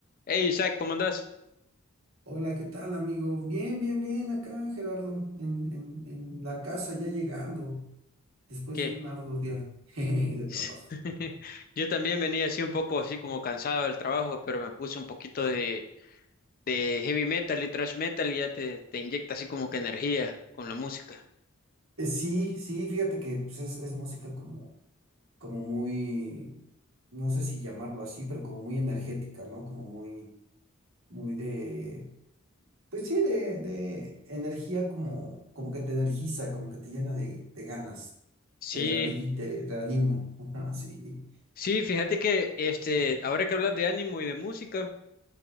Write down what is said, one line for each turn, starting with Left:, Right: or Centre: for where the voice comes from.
Left: Hey Isaac, ¿cómo andás?
Right: Hola, ¿qué tal, amigo? Bien, bien, bien, acá, Gerardo, en, en, en la casa ya llegando, después
Left: ¿Qué?
Right: de un arduo día <laughs> jeje, de trabajo.
Left: <laughs> Yo también venía así un poco así como cansado del trabajo, pero me puse un poquito de, de heavy metal y thrash metal y ya te, te inyecta así como que energía con la música.
Right: Eh, Sí, sí, fíjate que pues, es, es música como, como muy, no sé si llamarlo así, pero como muy energética, ¿no? Como muy, muy de, pues sí, de, de energía como, como que te energiza, como que te llena de, de ganas,
Left: Sí,
Right: te rehabilita, te reanima, <laughs> ajá, sí,
Left: sí, fíjate que este, ahora que hablas de ánimo y de música,